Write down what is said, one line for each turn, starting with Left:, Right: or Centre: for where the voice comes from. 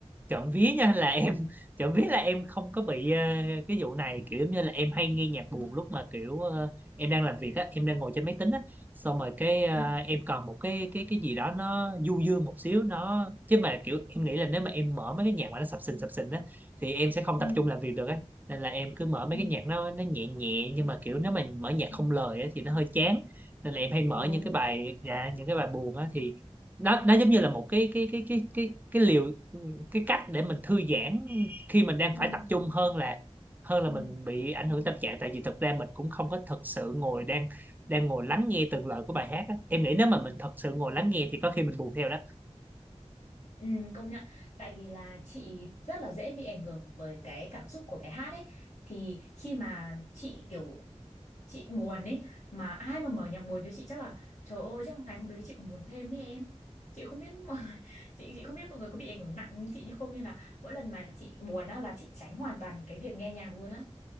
Right: trộm vía nha là em <laughs> trộm vía là em không có bị ờ, cái vụ này kiểu giống như là em hay nghe nhạc
Left: ừ,
Right: buồn lúc mà kiểu ờ, em đang làm việc á em đang ngồi trên máy tính á xong rồi cái ờ,
Left: ừ, ừ,
Right: em cần một cái cái cái gì đó nó du dương một xíu nó chứ mà kiểu em nghĩ là nếu mà em mở mấy cái nhạc mà nó sập sình sập sình á thì em sẽ không
Left: ừ,
Right: tập trung làm việc được á nên là em cứ mở mấy
Left: ừ,
Right: cái nhạc nó nó nhẹ nhẹ nhưng mà kiểu nếu mà mở nhạc
Left: ừ,
Right: không lời á thì nó hơi chán nên là em hay mở
Left: đúng
Right: những cái bài dạ, những cái bài buồn á thì nó nó giống như là một cái cái cái cái cái cái liều cái cách để mình thư giãn khi mình đang
Left: ừ,
Right: phải tập trung hơn là hơn
Left: ừ.
Right: là mình bị ảnh hưởng tâm trạng tại vì thực ra mình cũng không có thực sự ngồi đang đang ngồi lắng nghe từng lời của bài hát á. Em nghĩ nếu mà mình thật sự ngồi lắng nghe thì có khi mình buồn theo đó
Left: Ừ, công nhận tại vì là chị rất là dễ bị ảnh hưởng bởi cái cảm xúc của bài hát ấy thì khi mà chị kiểu chị buồn ấy mà ai mà mở nhạc buồn cho chị chắc là trời ơi chắc ngày hôm đấy chị còn buồn thêm ấy em chị không biết mọi người, <laughs> chị chị không biết mọi người có bị ảnh hưởng nặng như chị như không nên là mỗi lần mà chị buồn á là chị tránh hoàn toàn cái việc nghe nhạc luôn á